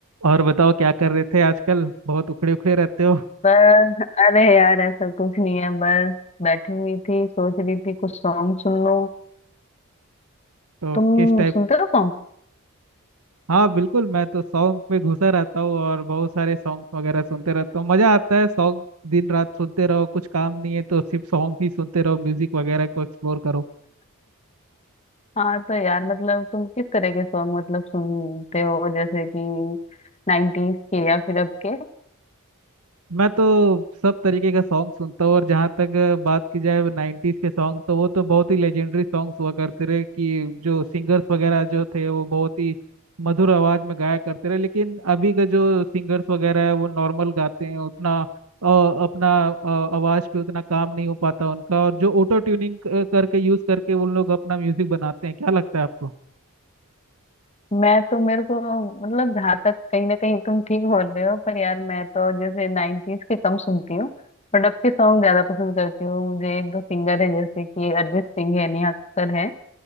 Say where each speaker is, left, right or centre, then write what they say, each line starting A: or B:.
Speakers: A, on the right; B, on the left.
A: और बताओ क्या कर रहे थे आजकल बहुत उखड़े उखड़े रहते हो
B: बस अरे यार ऐसा कुछ नहीं है बस बैठी हुई थी सोच रही थी कुछ सॉन्ग सुन लो
A: तो
B: तुम
A: किस टाइप
B: सुनते हो सॉन्ग
A: हाँ बिल्कुल मैं तो सॉन्ग में घुसा रहता हूँ और बहुत सारे सॉन्ग्स वगैरह सुनते रहता हूँ मजा आता है सॉन्ग दिन रात सुनते रहो कुछ काम नहीं है तो सिर्फ सॉन्ग ही सुनते रहो म्यूजिक वगैरह को एक्सप्लोर करो
B: हाँ तो यार मतलब तुम किस तरह के सॉन्ग मतलब सुनते हो जैसे कि नाइनटीज के या फिर अब के
A: मैं तो सब तरीके का सॉन्ग सुनता हूँ और जहाँ तक बात की जाए नाइन्टीज के सॉन्ग तो वो तो बहुत ही लेजेंडरी सॉन्ग्स हुआ करते रहे कि जो सिंगर्स वगैरह जो थे वो बहुत ही मधुर आवाज में गाया करते रहे लेकिन अभी का जो सिंगर्स वगैरह है वो नॉर्मल गाते हैं उतना अ, अपना अ, आवाज पे उतना काम नहीं हो पाता उनका और जो ऑटो ट्यूनिंग करके यूज करके उन लोग अपना म्यूजिक बनाते हैं क्या लगता है आपको
B: मैं तो मेरे को मतलब जहाँ तक कहीं ना कहीं तुम ठीक बोल रहे हो पर यार मैं तो जैसे नाइनटीज के कम सुनती हूँ बट अब के सॉन्ग ज्यादा पसंद करती हूँ मुझे एक दो सिंगर है जैसे कि अरिजीत सिंह है नेहा कक्कड़ है